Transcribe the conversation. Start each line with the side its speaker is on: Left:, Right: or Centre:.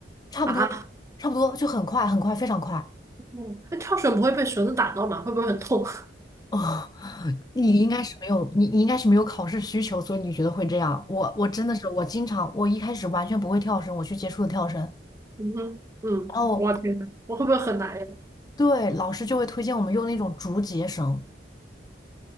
Left: 差不多，
Right: 啊！
Left: 差不多就很快，很快，非常快。
Right: 嗯那跳绳不会被绳子打到吗？会不会很痛？<laughs>
Left: 哦，你应该是没有，你你应该是没有考试需求，所以你觉得会这样。我我真的是，我经常我一开始完全不会跳绳，我去接触的跳绳。
Right: 嗯哼，嗯，
Left: 然后。
Right: 我天呐，我会不会很难呀？
Left: 对，老师就会推荐我们用那种竹节绳，